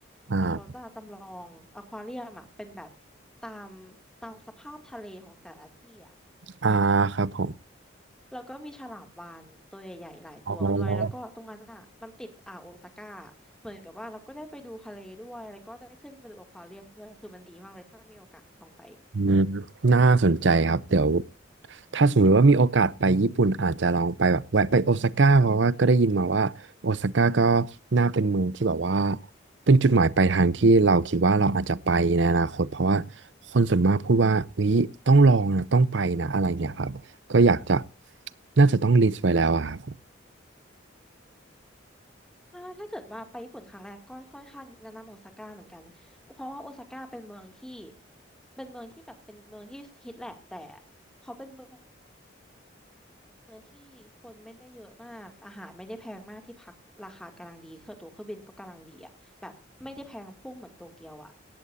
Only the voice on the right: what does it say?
อ่า
อ่าครับผม
อ๋อ
อืมน่าสนใจครับเดี๋ยวถ้าสมมติว่ามีโอกาสไปญี่ปุ่นอาจจะลองไปแบบแวะไปโอซาก้าเพราะว่าก็ได้ยินมาว่าโอซาก้าก็น่าเป็นเมืองที่แบบว่าเป็นจุดหมายปลายทางที่เราคิดว่าเราอาจจะไปในอนาคตเพราะว่าคนส่วนมากพูดว่าวิต้องลองนะต้องไปนะอะไรเงี้ยครับก็อยากจะน่าจะต้องลิสต์ไว้แล้วอะครับ